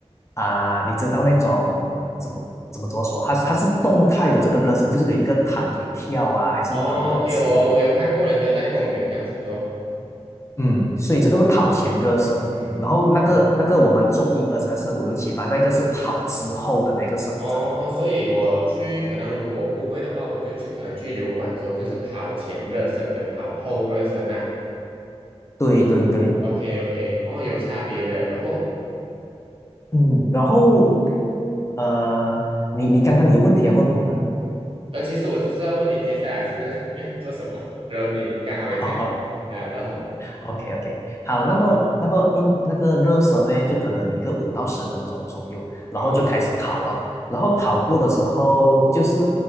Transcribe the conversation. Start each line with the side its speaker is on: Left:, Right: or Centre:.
Left: 啊、你知道那种怎么怎么怎么说？它它是动态的这个热身，就是有一个弹腿跳啊，还是等等之类的。
Right: 哦，OK，我我有看过人家在公园这样子做，
Left: 嗯所以这个是跑前热身，
Right: 嗯，
Left: 然后那个那个我们做一二三四五六七八，那个是跑之后的那个伸展。
Right: 哦，所以我去，可能如果我不会的话，我就去，可能去油管的时候，就是跑前热身跟跑后热身呐、啊
Left: 对对对，
Right: OK OK，哦，有差别的。然后，
Left: 嗯，然后呃，你你刚刚有问题要问我吗？
Right: 呃，其实我就是要问你接下来是 <laughs> 要做什么，然后你刚好也讲，
Left: <laughs> 啊，
Right: 呃，然后，
Left: OK OK，好，那么那么因那个热身呢，就可能一个五到十分钟左右，然后就开始跑了。
Right: 哦，
Left: 然后跑步的时候，就是